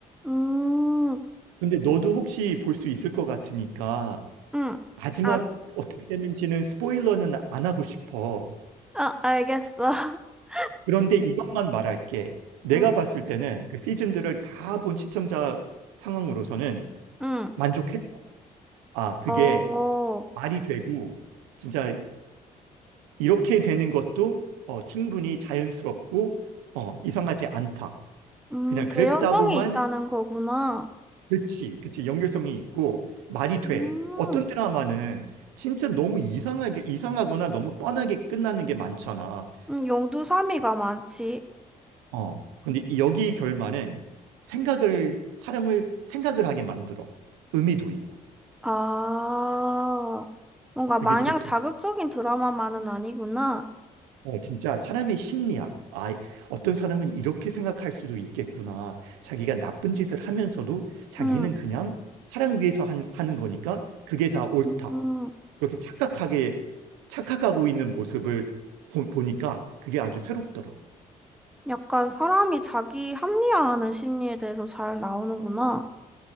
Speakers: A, in the centre; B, on the right.
A: 음,
B: 근데 너도 혹시 볼 수 있을 것 같으니까
A: 응.
B: 마지막
A: 아,
B: 어떻게 됐는지는 스포일러는 안 하고 싶어.
A: 아, 알겠어. <laughs>
B: 그런데 이것만 말할게. 내가
A: 음,
B: 봤을 때는 그 시즌들을 다 본 시청자 상황으로서는
A: 응.
B: 만족했어. 아, 그게
A: 어,
B: 말이 되고 진짜 이렇게 되는 것도 어, 충분히 자연스럽고 어, 이상하지 않다.
A: 음,
B: 그냥 그랬다고만
A: 개연성이 있다는 거구나.
B: 어, 그치, 그치. 연결성이 있고 말이 돼.
A: 음,
B: 어떤 드라마는 진짜 너무 이상하게, 이상하거나 너무 뻔하게 끝나는 게 많잖아.
A: 음, 용두사미가 많지.
B: 어. 근데 이- 여기 결말은 생각을, 사람을 생각을 하게 만들어. 의미도 있고.
A: 아, 뭔가
B: 그게
A: 마냥
B: 좋더라.
A: 자극적인 드라마만은 아니구나.
B: 어, 진짜 사람의 심리학. 아, 어떤 사람은 이렇게 생각할 수도 있겠구나. 자기가 나쁜 짓을 하면서도 자기는
A: 음.
B: 그냥 사랑 위해서 한- 하는 거니까 그게 다 옳다.
A: 음,
B: 그렇게 착각하게, 착각하고 있는 모습을 보, 보니까 그게 아주 새롭더라.
A: 약간 사람이 자기 합리화하는 심리에 대해서 잘 나오는구나.